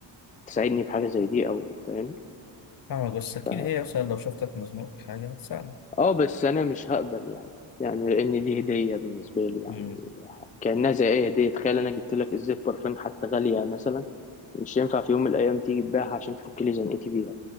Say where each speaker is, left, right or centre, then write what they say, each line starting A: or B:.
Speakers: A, on the left (about 15°); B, on the left (about 45°).
A: تساعدني بحاجة زي دي أو فاهم
B: فاهمك بس أكيد
A: ف
B: هي مثلا لو شفتك مزنوق في حاجة هتساعدك
A: اه بس أنا مش هقبل يعني يعني لأن دي هدية بالنسبة لي يعني
B: امم
A: كأنها زي أي هدية تخيل أنا جبت لك إزازة برفان حتى غالية مثلا مش ينفع في يوم من الأيام تيجي تبيعها عشان تفك لي زنقتي بيها